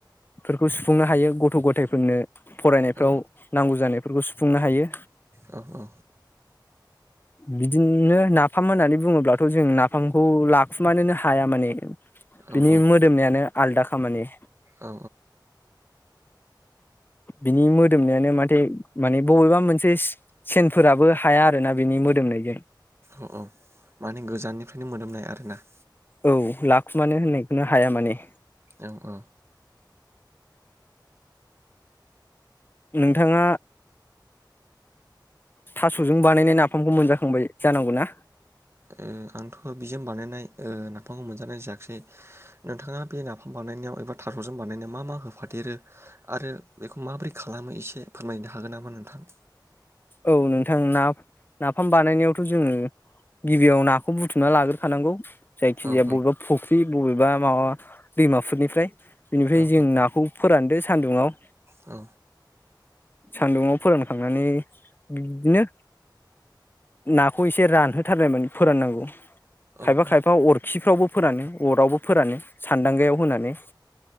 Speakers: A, on the left; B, on the right.
A: फोरखौ सुफुंनो हायो गथ' गथाइफोरनो फरायनायफ्राव
B: औ
A: नांगौ जानायफोरखौ सुफुंनो हायो
B: औ औ
A: बिदिनो नाफाम होननानै बुङोब्लाथ' जों नाफामखौ लाखुमानोनो हाया माने
B: औ
A: बिनि मोदोमनायानो आलदाखा माने
B: औ
A: बिनि मोदोमनायानो माथे माने बबेबा मोनसे सेनफोराबो हाया आरोना बिनि मोदोमनायजों
B: औ औ माने गोजाननिफ्रायनो मोनोदोमनाय आरोना।
A: औ लाखुमानो होननायखौनो हाया माने।
B: औ औ।
A: नोंथाङा थास'जों बानायनाय नाफामखौ मोनजाखांबाय जानांगौ ना?
B: ओ आंथ' बिजों बानायनाय ओ नाफामखौ मोनजानाय जायाखसै नोंथाङा बे नाफाम बानायनायाव एबा थास'जों बानायनायाव मा मा होफादेरो आरो बेखौ माबोरै खालामो एसे फोरमायनो हागोन नामा नोंथां?
A: औ नोंथां ना नाफाम बानायनायावथ' जोङो गिबियाव नाखौ बुथुमना लाग्रोखानांगौ। जायखिजाया
B: औ औ
A: बबेबा फुख्रि बबेबा माबा दैमाफोरनिफ्राय बिनिफ्राय
B: औ
A: जों नाखौ फोरानदो सानदुङाव
B: औ
A: सान्दुङाव फोरानखांनानै बिदिनो नाखौ एसे रानहोथारनायमोन फोराननांगौ।
B: औ
A: खायफा
B: औ
A: खायफा अरखिफ्रावबो फोरानो अरावबो फोरानो सान्दांगायाव होनानै